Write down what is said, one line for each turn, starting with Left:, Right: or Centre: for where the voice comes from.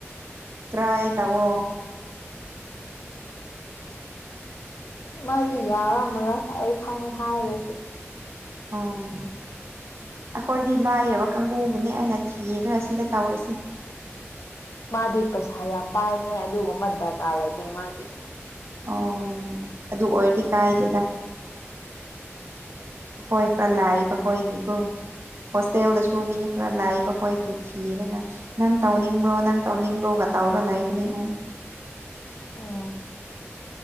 Right: ꯄꯨꯠꯇ꯭ꯔꯥ ꯍꯥꯏꯥꯏ ꯇꯋꯣ
Left: ꯃꯥꯗꯤ ꯌꯥꯔꯝꯃꯔꯣꯏ ꯑꯩ ꯈꯪꯉꯦ ꯍꯥꯏꯔꯁꯨ
Right: ꯑꯣ ꯑꯩꯈꯣꯏꯗꯤ ꯂꯥꯏꯔꯕ ꯀꯥꯡꯕꯨꯕꯨꯅꯦ ꯑꯩꯅ ꯊꯤꯔꯒ ꯁꯤꯗ ꯇꯧꯔꯤꯁꯦ
Left: ꯃꯥꯗꯤ ꯄꯩꯁꯥ ꯌꯥꯝ ꯄꯥꯏꯕꯅꯦ ꯑꯗꯨꯒꯨꯝꯕ ꯗꯔꯀꯥꯔ ꯂꯩꯇꯦ ꯃꯥꯗꯤ
Right: ꯑꯣ ꯑꯗꯨ ꯑꯣꯏꯔꯗꯤ ꯀꯥꯏꯗꯦꯗ ꯑꯈꯣꯏ ꯈꯔ ꯂꯥꯏꯕ ꯈꯣꯏꯒꯤꯀꯣ ꯍꯣꯁꯇꯦꯜꯗꯁꯨ ꯃꯤ ꯈꯔ ꯂꯥꯏꯕ ꯈꯣꯏꯕꯨ ꯊꯤꯔꯒ ꯅꯪ ꯇꯧꯅꯤꯡꯕ꯭ꯔꯣ ꯅꯪ ꯇꯧꯅꯤꯡꯕ꯭ꯔꯣꯒ ꯇꯥꯎꯔ ꯂꯩꯕꯅꯤ ꯎꯝ
Left: ꯑꯣ